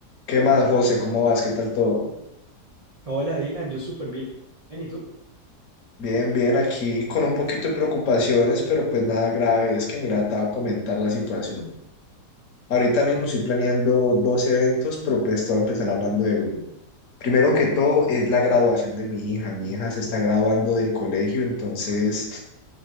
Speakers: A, on the left (about 55°); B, on the right (about 60°).
A: ¿Qué más, José? ¿Cómo vas? ¿Qué tal todo?
B: Hola Dylan, yo súper bien. ¿Y tú?
A: Bien, bien, aquí con un poquito de preocupaciones, pero pues nada grave. Es que mira, te voy a comentar la situación. Ahorita mismo estoy planeando dos eventos, pero pues te voy a empezar hablando de uno. Primero que todo es la graduación de mi hija. Mi hija se está graduando del colegio, entonces